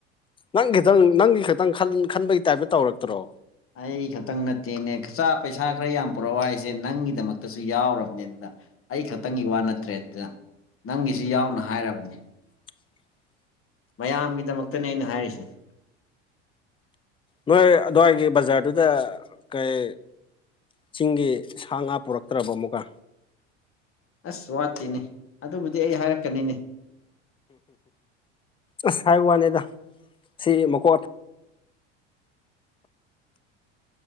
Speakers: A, on the left; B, on the left.
A: ꯅꯪ ꯈꯤꯇꯪ ꯅꯪꯒꯤ ꯈꯤꯇꯪ ꯈꯟꯕꯒꯤ ꯇꯥꯏꯞꯇ ꯇꯧꯔꯛꯇ꯭ꯔꯣ
B: ꯑꯩ ꯈꯛꯇꯪ ꯅꯠꯇꯦꯅꯦ ꯈꯆꯥ ꯄꯩꯁꯥ ꯈꯔ ꯌꯥꯝ ꯄꯨꯔꯛꯑꯣ ꯍꯥꯏꯁꯦ ꯅꯪꯒꯤꯗꯃꯛꯇꯁꯨ ꯌꯥꯎꯔꯕꯅꯦ ꯑꯗꯨꯗ ꯑꯩ ꯈꯛꯇꯪꯒꯤ ꯋꯥ ꯅꯠꯇ꯭ꯔꯦ ꯑꯗꯨꯗ ꯅꯪꯒꯤꯁꯤ ꯌꯥꯎꯅ ꯍꯥꯏꯔꯕꯅꯤ
A: <inaudible>
B: ꯃꯌꯥꯝꯒꯤꯗꯃꯛꯇꯅꯦ ꯑꯩꯅ ꯍꯥꯏꯔꯤꯁꯦ
A: ꯅꯣꯏ ꯑꯗꯨꯋꯥꯏꯒꯤ ꯕꯖꯥꯔꯗꯨꯗ ꯀꯩ ꯆꯤꯡꯒꯤ ꯁꯥ ꯉꯥ ꯄꯨꯔꯛꯇ꯭ꯔꯕ ꯑꯃꯨꯛꯀ
B: ꯑꯁ ꯋꯥꯠꯇꯦꯅꯦ ꯑꯗꯨꯕꯨꯗꯤ ꯑꯩ ꯍꯥꯏꯔꯛꯀꯅꯤꯅꯦ
A: ꯑꯁ ꯍꯥꯏꯕ ꯋꯥꯅꯦꯗ ꯁꯤ ꯃꯀꯣꯛ